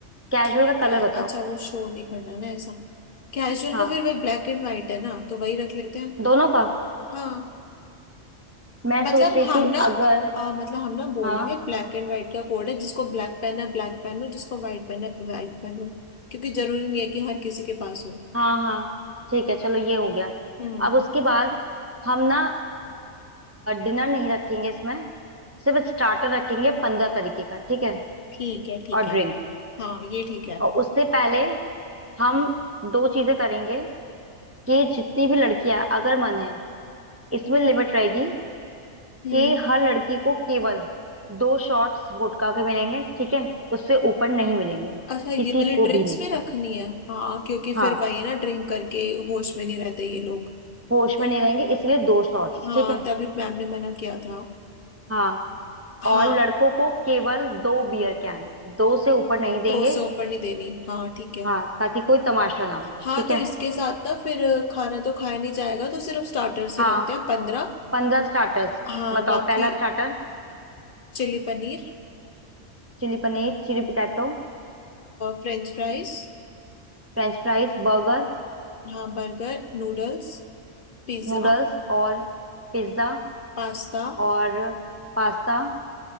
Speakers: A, on the right; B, on the left.
A: कैजुअल
B: ठीक
A: का
B: है
A: कलर बताओ
B: अच्छा वो शो नहीं करना ना ऐसा कैजुअल
A: हाँ
B: का फिर वही ब्लैक एंड व्हाइट है ना तो वही रख लेते हैं
A: दोनों का
B: हाँ
A: मैं
B: मतलब
A: सोच रही
B: हम
A: थी
B: ना
A: अगर
B: आ, मतलब हम ना बोल
A: हाँ
B: देंगे ब्लैक एंड व्हाइट का कोड है जिसको ब्लैक पेन है ब्लैक पेन हो जिसको व्हाइट पेन है व्हाइट पेन हो क्योंकि जरूरी नहीं है कि हर किसी के पास हो
A: हाँ हाँ ठीक है चलो ये हो गया
B: हम्म
A: अब उसके बाद हम ना डिनर नहीं रखेंगे इसमें सिर्फ स्टार्टर रखेंगे पंद्रह तरीके का ठीक है
B: ठीक है ठीक
A: और
B: है
A: ड्रिंक्स
B: हाँ ये ठीक है
A: और उससे पहले हम दो चीजें करेंगे कि जितनी भी लड़कियां अगर मन है इसमें लिमिट रहेगी
B: हम्म
A: कि हर लड़की को केवल दो शॉट्स गुटखा के मिलेंगे ठीक है उससे ऊपर नहीं मिलेंगे
B: अच्छा ये
A: किसी
B: वाली
A: को
B: ड्रिंक्स
A: भी नहीं
B: में रखनी है हाँ क्योंकि
A: हाँ
B: फिर वही है ना ड्रिंक करके होश में नहीं रहते ये लोग
A: होश
B: तो
A: में नहीं रहेंगे इसलिए दो शॉट्स
B: हाँ
A: ठीक है
B: तभी मैम ने मना किया था
A: हाँ
B: हाँ
A: और लड़कों को केवल दो बियर कैन दो से ऊपर नहीं देंगे
B: तो उसे ऊपर नहीं देनी हाँ ठीक है
A: हाँ ताकि कोई तमाशा ना हो
B: हाँ
A: ठीक
B: तो
A: है
B: इसके साथ ना फिर खाना तो खाया नहीं जाएगा तो सिर्फ स्टार्टर्स
A: हाँ
B: ही रखते हैं पंद्रह
A: पंद्रह स्टार्टर्स
B: हाँ
A: बताओ
B: बाकी
A: पहला starter
B: चिली पनीर
A: Chilli paneer chilli potato
B: फ्रेंच फ्राइज
A: french fries burger
B: हाँ बर्गर नूडल्स पिज्ज़ा
A: noodles और पिज्ज़ा
B: पास्ता
A: और पास्ता